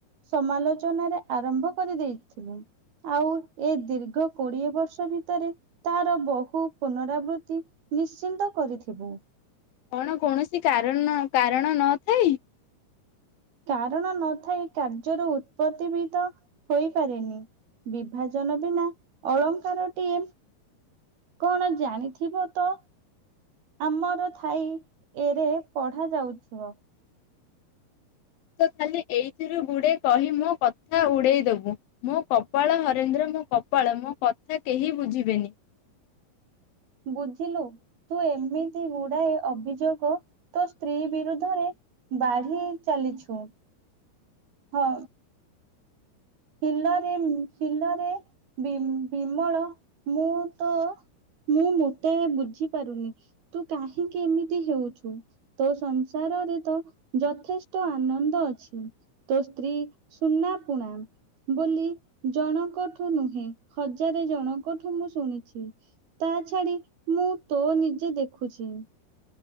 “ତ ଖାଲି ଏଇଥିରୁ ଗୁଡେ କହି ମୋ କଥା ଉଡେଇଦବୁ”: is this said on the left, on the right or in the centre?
Left